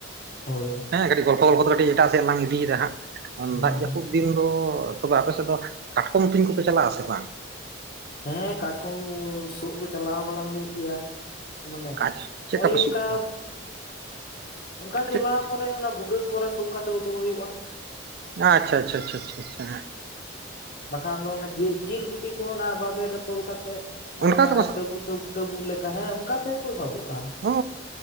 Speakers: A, on the left; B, on the right.
A: ᱦᱳᱭ᱾
B: ᱦᱮᱸ ᱠᱟᱹᱴᱤᱡᱽ ᱜᱚᱞᱯᱷᱚ ᱜᱚᱞᱯᱷᱚ ᱛᱮ ᱠᱟᱹᱴᱤᱡᱽ ᱮᱴᱟᱜ ᱥᱮᱫ ᱞᱟᱝ ᱤᱫᱤᱭᱮᱫᱟ ᱦᱟᱸᱜ ᱩᱸ ᱫᱟᱜ
A: ᱦᱮᱸ
B: ᱡᱟᱹᱯᱩᱫ ᱫᱤᱱ ᱫᱚ ᱛᱚᱵᱮ ᱟᱯᱮ ᱥᱮᱫ ᱫᱚ ᱠᱟᱴᱠᱚᱢ ᱛᱩᱧ ᱠᱚᱯᱮ ᱪᱟᱞᱟᱜ-ᱟ ᱥᱮ ᱵᱟᱝ?
A: ᱦᱮᱸ ᱠᱟᱴᱠᱚᱢᱻ ᱥᱳᱜ ᱫᱚ ᱪᱟᱞᱟᱣ ᱵᱟᱲᱟ ᱦᱳᱭᱳᱜ ᱜᱮᱭᱟ᱾ ᱢᱟᱱᱮ
B: ᱠᱟᱡ ᱪᱮᱫ
A: ᱳᱭ
B: ᱠᱟ ᱯᱮ
A: ᱚᱱᱠᱟ
B: ᱥᱩᱫ ᱠᱚᱣᱟ
A: ᱚᱱᱠᱟ ᱡᱚᱞᱟᱣ
B: ᱪᱮᱫ
A: ᱠᱚᱨᱮ ᱚᱱᱟ ᱵᱷᱩᱜᱟᱹᱜ ᱠᱚᱨᱮ ᱥᱩᱜ ᱠᱟᱛᱮ ᱩᱰᱩᱜ ᱦᱳᱭᱳᱜ-ᱟ᱾
B: ᱟᱪᱪᱷᱟ ᱟᱪᱪᱷᱟ ᱟᱪᱪᱷᱟ ᱪᱷᱟ ᱪᱷᱟ ᱦᱮᱸ᱾
A: ᱵᱟᱠᱷᱟᱱ ᱫᱚ ᱚᱱᱮ ᱡᱤ-ᱡᱤᱞ ᱠᱩᱴᱤ ᱠᱚ ᱚᱱᱟ ᱵᱟᱵᱮᱨ ᱨᱮ ᱛᱚᱞ ᱠᱟᱛᱮᱫ ᱦᱟᱱᱮ
B: ᱚᱱᱠᱟ
A: ᱢᱟᱱᱮ
B: ᱛᱮᱠᱚ
A: ᱴᱟᱹᱵᱩ ᱴᱟᱹᱵᱩ ᱴᱟᱹᱵᱩᱜ ᱞᱮᱠᱟ ᱦᱮᱸ ᱚᱱᱠᱟ ᱛᱮᱦᱚᱸ ᱠᱚ ᱥᱟᱵᱚᱜ-ᱟ᱾
B: ᱚ